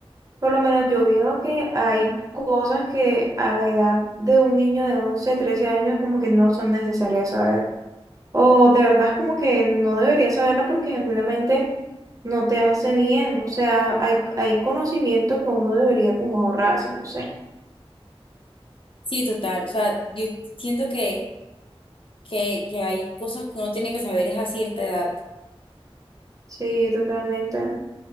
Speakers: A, on the right (about 35°); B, on the left (about 55°).
A: Por lo menos yo veo que hay cosas que a la edad de un niño de 11 13 años como que no son necesarias saber. O de verdad es como que no deberías saberla porque genuinamente no te hace bien. O sea, hay, hay conocimiento que uno debería como ahorrarse, no sé.
B: Sí, total. O sea, yo siento que, que, que hay cosas que uno tiene que saber es a cierta edad.
A: Sí, totalmente.